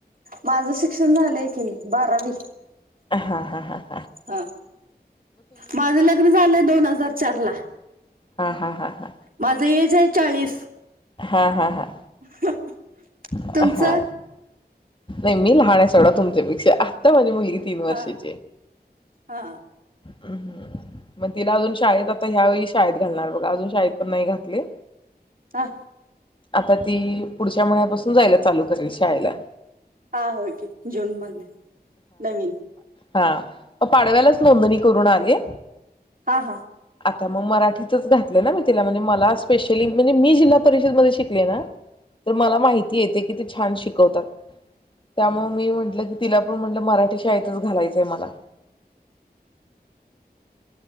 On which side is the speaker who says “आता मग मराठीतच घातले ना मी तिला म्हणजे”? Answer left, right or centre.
Left